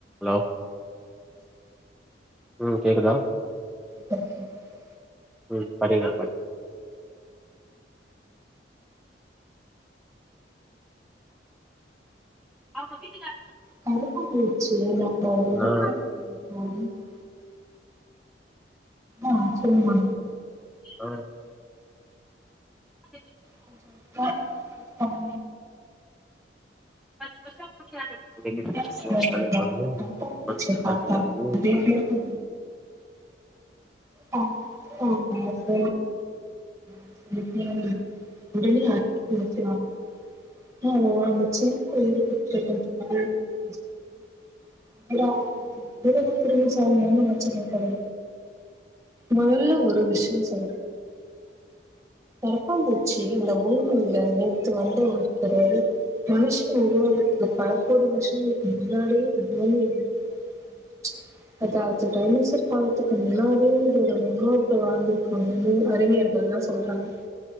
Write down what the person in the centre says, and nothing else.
லோ ம் கேக்குதா
ம் படிங்க ப அவ்ங்க வீட்டுக்காரங்க
ஏன்னா
ஆ <inaudible>
ஃபஸ் ஃபஸ்ட்டா <unintelligible> இன்னக்கி
<inaudible>
வேலக்கி வந்து
மனுஷ காலத்துலருந்து